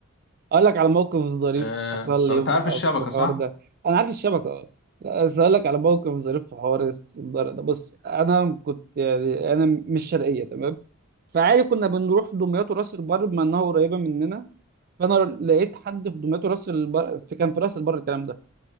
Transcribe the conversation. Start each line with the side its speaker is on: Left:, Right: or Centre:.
Right: أقول لك على موقف ظريف
Left: آه
Right: حصل
Left: طب
Right: لي يبقى
Left: انت عارف الشبكه
Right: في الحوار
Left: صح
Right: ده أنا عارف الشبكة أه لا، بس أقول لك على موقف ظريف في حوار السنارة ده بص أنا كنت يعني أنا مش شرقية تمام فعادي كنا بنروح دمياط وراس البر بما انها قريبه مننا فانا لقيت حد في دمياط راس البر في كان في راس البر الكلام ده